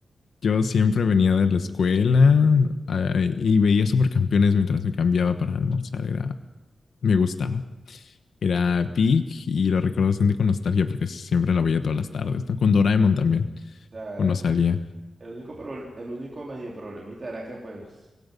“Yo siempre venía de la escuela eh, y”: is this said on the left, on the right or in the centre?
Left